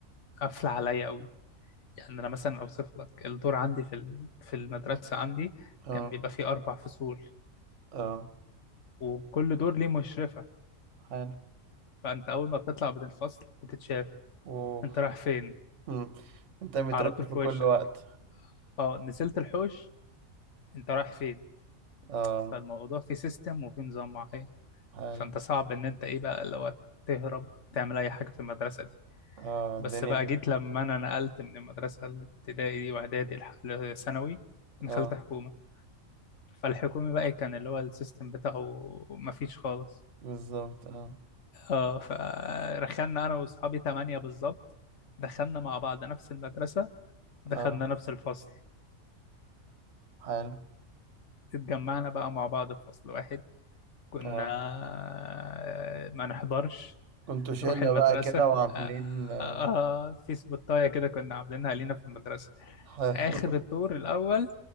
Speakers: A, on the left; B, on the right.
A: قافلة عليا أوي. يعني انا مثلا اوصف لك الدور عندي في ال- في المدرسه عندي
B: اه
A: كان بيبقى فيه اربع فصول
B: اه
A: وكل دور ليه مشرفه
B: حلو
A: فانت اول ما بتطلع من الفصل بتتشاف
B: اوف
A: انت رايح فين
B: مم. <laughs> انت متراقب
A: على طول
B: في
A: في
B: كل
A: وشك
B: وقت
A: اه نزلت الحوش انت رايح فين
B: اه
A: فالموضوع فيه سيستم وفيه نظام معين
B: حلو
A: فانت صعب ان انت ايه بقى لو تهرب او تعمل اي حاجه في المدرسه دي
B: اه
A: بس
B: الدنيا
A: بقى
B: كده
A: جيت لما انا نقلت من المدرسه الابتدائي دي واعدادي لح- لثانوي دخلت
B: اه
A: حكومه فالحكومي بقى كان اللي هو السيستم بتاعه مفيش خالص
B: بالظبط اه
A: اه فرخلنا انا واصحابي تمانية بالظبط دخلنا مع بعض نفس المدرسة دخلنا
B: اه
A: نفس الفصل
B: حلو
A: اتجمعنا بقى مع بعض في فصل واحد كنا
B: اه
A: آه، ما نحضرش
B: كنتوا شلة
A: نروح المدرسة
B: بقى كده وعاملين
A: آه
B: آه،
A: آه، في سبوتاية كده كنا عاملينها لينا في المدرسة
B: حلو
A: آخر الدور الأول